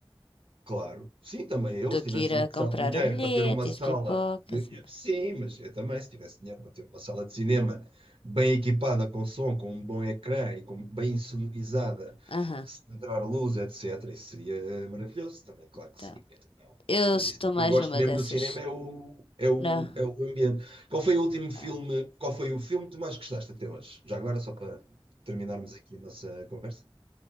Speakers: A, on the right; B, on the left.
A: Claro, sim, também eu,
B: do
A: se tivesse
B: que ir
A: uma
B: a
A: sala
B: comprar
A: de dinheiro
B: o bilhete,
A: para ter uma sala
B: as pipocas.
A: de.
B: e não
A: Sim,
B: sei.
A: mas eu também, se tivesse dinheiro para ter uma sala de cinema bem equipada com som, com um bom ecrã e com bem sonorizada,
B: Aham,
A: se entrar luz, etc., isso seria maravilhoso também, claro que
B: tá.
A: sim, então não.
B: Eu
A: Mas
B: estou
A: isso
B: mais
A: que eu gosto
B: numa
A: mesmo
B: dessas.
A: do cinema é o, é o,
B: Não.
A: é o ambiente. Qual foi o último filme,
B: Ah,
A: qual foi o filme que tu mais gostaste até hoje? Já agora, só para terminarmos aqui a nossa conversa.